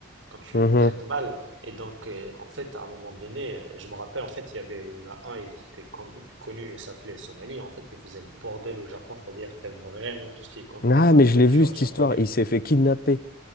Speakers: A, on the right; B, on the left.
A: quand tu
B: Mhm.
A: les traites mal. Et donc euh, en fait à un moment donné, je me rappelle en fait il y avait il y en a un ils étaient con- connus et s'appelait Somali. En fait ils faisaient le bordel au Japon, c'est-à-dire ils faisaient vraiment tout ce qui est contraire
B: Ah,
A: à
B: mais
A: la culture
B: je l'ai vu, cette
A: japonaise.
B: histoire. Il s'est fait kidnapper.